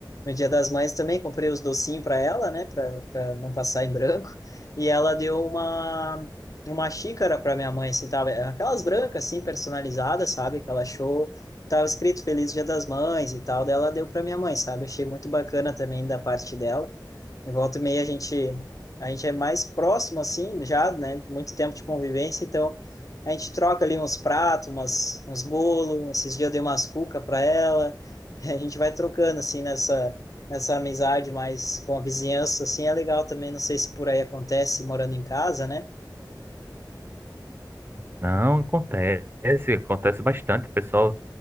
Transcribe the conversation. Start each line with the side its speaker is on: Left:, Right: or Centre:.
Left: no Dia das Mães também, comprei os docinhos para ela, né, para para não passar em branco, e ela deu uma, uma xícara para minha mãe, assim, tava, aquelas brancas, assim, personalizadas, sabe? Que ela achou, tava escrito Feliz Dia das Mães e tal, daí ela deu para minha mãe, sabe? Achei muito bacana também da parte dela. Em volta e meia a gente, a gente é mais próximo, assim, já, né, muito tempo de convivência, então a gente troca ali uns pratos, umas, uns bolos. Esses dias eu dei umas cuca para ela. <laughs> A gente vai trocando, assim, nessa, nessa amizade mais com a vizinhança, assim, é legal também. Não sei se por aí acontece morando em casa, né?
Right: Não, acontece, acontece bastante. O pessoal